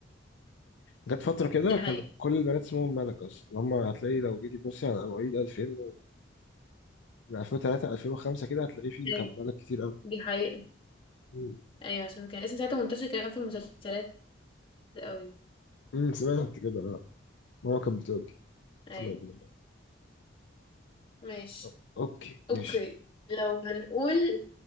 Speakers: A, on the left; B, on the left.
A: جت فترة كده
B: دي حقيقة
A: كان كل البنات اسمهم ملك أصلا هم هتلاقي لو جيتي تبصي على مواعيد 2000 و من 2003 2005 كده هتلاقي فيه
B: ايوه
A: خم- ملك كتير أوي
B: دي حقيقة
A: مم.
B: ايوه عشان كان اسم ساعتها منتشر كمان في المسلسلات قوي
A: امم سمعت كده اه ماما كانت بتقول
B: ايوه
A: سمعت منك
B: ماشي
A: أو- اوكي ماشي
B: اوكي لو هنقول